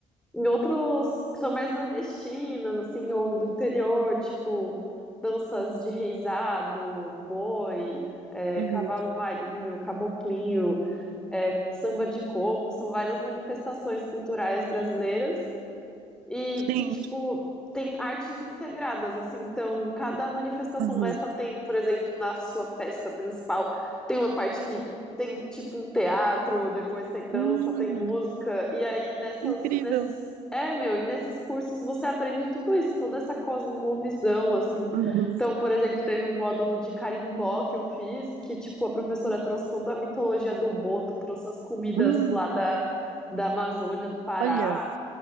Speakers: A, in the centre; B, on the right.
A: em outros que são mais nordestinas, assim, ou do interior, tipo danças de reisado, boi, é,
B: Uhum.
A: cavalo marinho, caboclinho, é, samba de coco, são várias manifestações culturais brasileiras e
B: Sim.
A: que, tipo, tem artes integradas, assim. Então, cada manifestação
B: Uhum.
A: dessa tem, por exemplo, na sua festa principal, tem uma parte que tem, tipo, um teatro, depois tem dança,
B: Hum,
A: tem música. E aí, nessas,
B: incrível.
A: nesses. É, meu, e nesses cursos você aprende tudo isso, toda essa cosmovisão, assim.
B: Uhum.
A: Então, por exemplo, teve um módulo de carimbó que eu fiz, que, tipo, a professora trouxe toda a mitologia do boto, trouxe as comidas
B: Hum,
A: lá da, da Amazônia, do Pará.
B: olha,